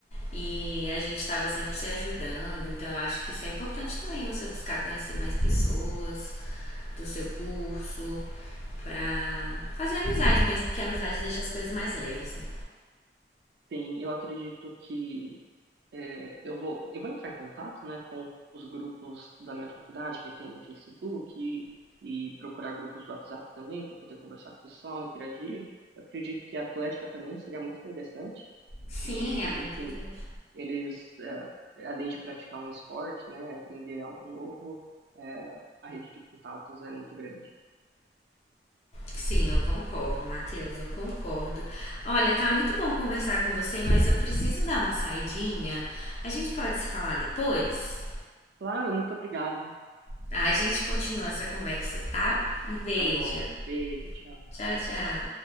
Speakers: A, on the left; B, on the right.
A: E a gente estava sempre se ajudando, então eu acho que isso é importante também, você buscar conhecer mais pessoas do seu curso, pra fazer amizade mesmo, que a amizade deixa as coisas mais leves, né?
B: Sim, eu acredito que é, eu vou, eu vou entrar em contato, né, com os grupos da minha faculdade que tem no Facebook e, e procurar grupos do WhatsApp também para poder conversar com o pessoal, interagir. Eu acredito que a atlética também seria muito interessante.
A: Sim,
B: E,
A: é muito
B: enfim,
A: interessante.
B: eles, eh, além de praticar um esporte, né, aprender algo novo, eh, a rede de contatos é muito grande.
A: Sim, eu concordo, Matheus, eu concordo. Olha, tá muito bom conversar com você, mas eu preciso dar uma saidinha. A gente pode se falar depois?
B: Claro, muito obrigado.
A: Tá, a gente continua essa conversa, tá? Um beijo.
B: Tá bom. Beijo, tchau.
A: Tchau, tchau.